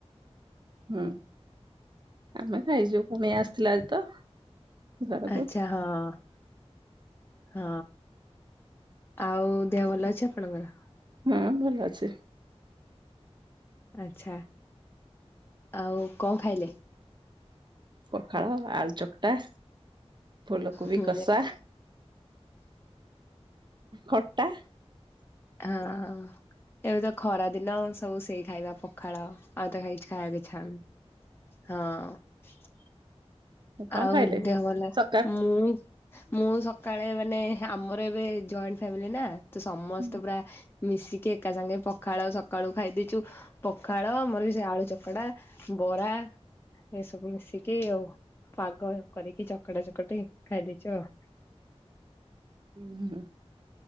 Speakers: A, on the right (about 45°); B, on the left (about 20°).
A: ହୁ ଆମେ ଖାଇଛୁ କୁଣିଆ ଆସିଥିଲା ଆଜି ତ ଘରକୁ।
B: ଆଚ୍ଛା ହଁ। ହଁ ଆଉ ଦେହ ଭଲ ଅଛି ଆପଣଙ୍କର।
A: ହୁଁ ଭଲ ଅଛି।
B: ଆଚ୍ଛା ଆଉ କଁ ଖାଇଲେ।
A: ପଖାଳ ଆଳୁ ଚକଟା। ଫୁଲ କୋବି
B: ହୁଁ
A: କଷା ଖଟା।
B: ହଁ ଏବେ ତ ଖରା ଦିନ ସବୁ ସେଇ ଖାଇବା ପ ପଖାଳ ଆଉ ତ କାଇଁ କିଛି ଖାଇବାକୁ ଇଚ୍ଛା ହଉନି ହଁ।
A: ହୁଁ କଣ
B: ଆଉ
A: ଖାଇଲେ
B: ଦେହ ଭଲ
A: ସକା
B: ମୁଁ। ମୁଁ ସକାଳେ ମାନେ ଆମର ଏବେ ଜଏଣ୍ଟେ ଫ୍ୟାମିଲିନା ତ ସମସ୍ତେ
A: ହୁଁ
B: ପୁରା। ମିଶିକି ଏକା ସାଙ୍ଗେ ପଖାଳ ସକାଳୁ ଖାଇଦେଇଛୁ। ପଖାଳ ଆମର ବି ସେ ଆଳୁ ଚକଡା ବରା ଏସବୁ ମିଶିକି ଆଉ। ପାଗ କରିକି ଚକଡା ଚକଟି ଖାଇ ଦେଇଛୁ ଆଉ।
A: ହୁଁ।